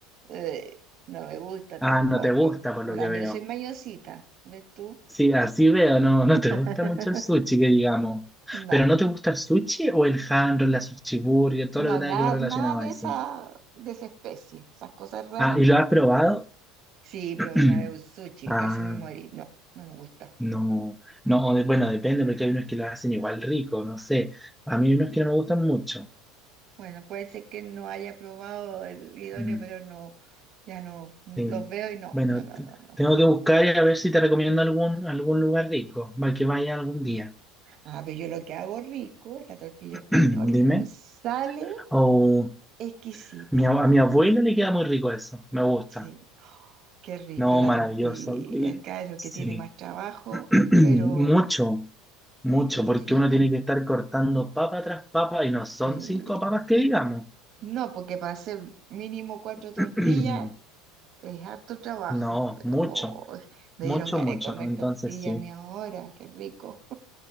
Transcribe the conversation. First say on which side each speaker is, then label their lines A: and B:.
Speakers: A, on the right; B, in the centre.
A: Eh, no me gusta
B: Ah,
A: tampoco.
B: no te gusta por
A: También
B: lo que veo.
A: soy mañosita, ¿ves tú?
B: Sí, así veo, no,
A: <laughs>
B: no te gusta mucho el sushi, que digamos.
A: No,
B: Pero ¿no te gusta el sushi o el hand roll, la sushi burger, todo
A: no,
B: lo que
A: nada,
B: tenga que ver relacionado
A: nada de
B: a eso?
A: esa, de esa especie. Esas cosas raras,
B: Ah, ¿y
A: no.
B: lo has probado?
A: Sí, probé
B: <clears throat>
A: una vez un sushi,
B: Ah,
A: casi me morí. No, no me gustó.
B: no, no, o de- bueno, depende, porque hay unos que lo hacen igual rico, no sé. A mí hay unos que no me gustan mucho.
A: Bueno, puede ser que no haya probado el idóneo,
B: Mm,
A: pero no, ya no, mm,
B: Sí.
A: los veo y no,
B: Bueno,
A: no, no,
B: t-
A: no, no.
B: tengo que buscar y a ver si te recomiendo algún, algún lugar rico, para que vaya algún
A: Mm.
B: día.
A: Ah, pero yo lo que hago rico es la tortilla
B: <clears throat>
A: española.
B: Dime.
A: Me sale
B: O
A: exquisita.
B: mi ab- a mi abuela le queda muy rico eso. Me gusta.
A: Sí. Oh, qué rico
B: No,
A: la
B: maravilloso.
A: tortilla,
B: Y-
A: claro,
B: sí.
A: que tiene más trabajo,
B: <clears throat>
A: pero,
B: Mucho, mucho,
A: pero
B: porque
A: rica.
B: uno tiene que estar cortando papa tras papa y no son
A: Sí.
B: cinco papas que digamos.
A: No, porque para hacer mínimo cuatro tortillas
B: <clears throat>
A: es harto trabajo,
B: No,
A: pero
B: mucho,
A: oh, me
B: mucho,
A: dieron ganas
B: mucho.
A: de comer
B: Entonces
A: tortilla
B: sí.
A: a mí ahora, qué rico.